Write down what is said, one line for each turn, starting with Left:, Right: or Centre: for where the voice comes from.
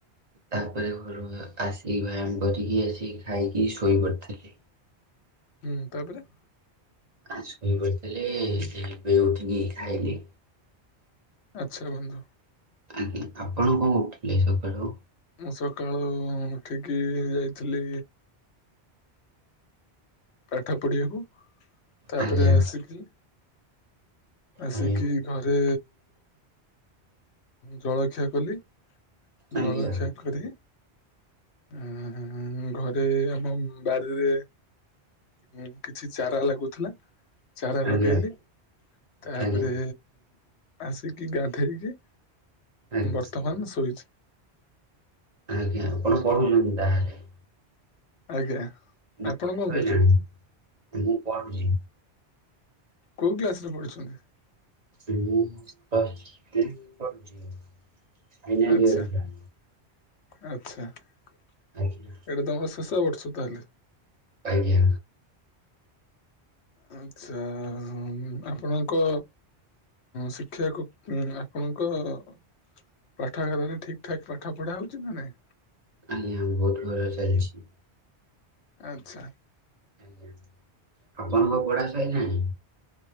Right: ତାପରେ ଘରୁ ଆସିି ବ୍ୟାୟାମ କରିକି ଆସିି ଖାଇକି ଶୋଇପଡି଼ଥିଲି।
Left: ହୁଁ ତାପରେ
Right: ଆ ଶୋଇପଡି଼ଥିଲି ଏବେ ଉଠିକି ଖାଇଲି।
Left: ଆଚ୍ଛା ବନ୍ଧୁ।
Right: ଆଜ୍ଞା ଆପଣ କଣ ଉଠିଲେ ସକାଳୁ।
Left: ମୁଁ ସକାଳୁ ଉଠିକି ଯାଇଥିଲି ପାଠ ପଢ଼ିବାକୁ। ତାପରେ
Right: ଆଜ୍ଞା
Left: ଆସିକି ଆସିକି
Right: ଆଜ୍ଞା
Left: ଘରେ ଜଳଖିଆ କଲି।
Right: ଆଜ୍ଞା
Left: ଜଳଖିଆ କରି ଆ ଘରେ ଆମ ବାରିରେ ଏଁ କିଛି ଚାରା ଲାଗୁଥିଲା ଚାରା ଲଗେଇଲି
Right: ଆଜ୍ଞା
Left: ତାପରେ
Right: ଆଜ୍ଞା
Left: ଆସିକି ଗାଧେଇକି
Right: ଆଜ୍ଞା।
Left: ବର୍ତ୍ତମାନ ଶୋଇଛି।
Right: ଆଜ୍ଞା ଆପଣ ପଢୁଛନ୍ତି ତାହେଲେ।
Left: ଆଜ୍ଞା।
Right: ନା
Left: ଆପଣ
Right: ପଢ଼ା
Left: କଣ
Right: ସଇଲାଣି
Left: କରୁଛନ୍ତି
Right: ମୁଁ ପଢୁ଼ଛି।
Left: କୋଉ କ୍ଲାସ ରେ ପଢୁଛନ୍ତି?
Right: ମୁଁ <unintelligible> ରେ ପଢୁ଼ଚି। ଫାଇନାଲ
Left: ଆଚ୍ଛା
Right: ଇୟର ଏଟା।
Left: ଆଚ୍ଛା ଏଇଟା
Right: ଆଜ୍ଞା
Left: ତମର ଶେଷ ବର୍ଷ ତାହେଲେ
Right: ଆଜ୍ଞା।
Left: ଆଚ୍ଛା ଉଁ ଆପଣଙ୍କ ଶିକ୍ଷକ ଆପଣଙ୍କ ପାଠାଗାରାରେ ଠିକ୍ ଠାକ୍ ପାଠ ପଢ଼ା ହଉଛି ନା ନାଇଁ?
Right: ଆଜ୍ଞା ବହୁତ୍ ଭଲ ଚାଲିଚି।
Left: ଆଚ୍ଛା
Right: ଆଜ୍ଞା ଆପଣଙ୍କ ପଢା ସଇଲାଣି।